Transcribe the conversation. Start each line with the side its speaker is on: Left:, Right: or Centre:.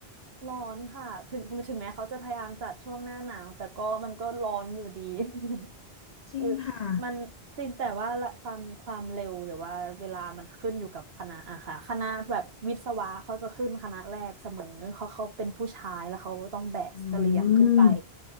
Right: ร้อนค่ะถึงถึงแม้เขาจะพยายามจัดช่วงหน้าหนาวแต่ก็มันก็ร้อนอยู่ดี <laughs>
Left: จริงค่ะ
Right: คือมันจริงแต่ว่าละความความเร็วหรือว่าเวลามันขึ้นอยู่กับคณะอะค่ะคณะแบบวิศวะเขาจะขึ้นคณะแรกเสมอเขาเขาเป็นผู้ชายแล้วเขาต้องแบกเสลี่ยงขึ้นไป
Left: อืม